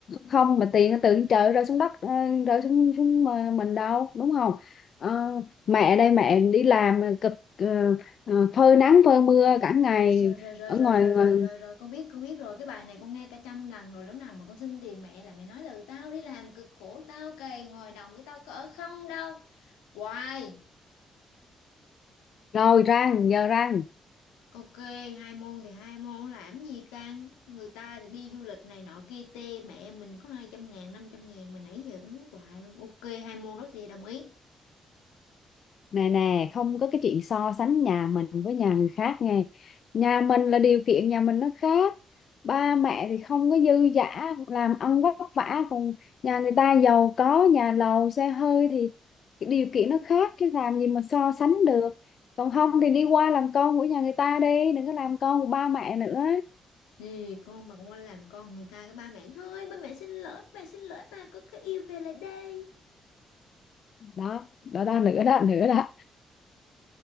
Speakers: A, on the left; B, on the left.
A: không mà tiền từ trên trời rơi xuống đất ờ, rơi xuống xuống ờ, mình đâu đúng không Ờ, mẹ đây mẹ đi làm ờ, cực ờ, ờ, phơi nắng phơi mưa cả ngày
B: Rồi, rồi, rồi,
A: ở
B: rồi,
A: ngoài,
B: rồi,
A: ngoài
B: rồi, rồi, rồi, con biết, con biết rồi, cái bài này con nghe cả trăm lần rồi, lúc nào mà con xin tiền mẹ là mẹ nói là tao đi làm cực khổ, tao cày ngồi đồng với tao có ở không đâu. Hoài.
A: rồi răng giờ răng
B: Ok, hai môn thì hai môn làm gì căng Người ta thì đi du lịch này nọ kia tê Mẹ mình có hai trăm ngàn, năm trăm ngàn Mà nãy giờ cũng muốn hoài luôn Ok, hai môn đó thì đồng ý
A: nè nè không có cái chuyện so sánh nhà mình với nhà người khác nghe nhà mình là điều kiện nhà mình nó khác ba mẹ thì không có dư dả làm ăn vất vả còn nhà người ta giàu có nhà lầu xe hơi thì cái điều kiện nó khác chứ làm gì mà so sánh được còn không thì đi qua làm con của nhà người ta đi đừng có làm con của ba mẹ nữa
B: Gì con mà con qua làm con người ta cái ba mẹ Thôi ba mẹ xin lỗi, ba mẹ xin lỗi ba Con cái yêu về lại đây
A: đó đó đó nữa đó nữa đó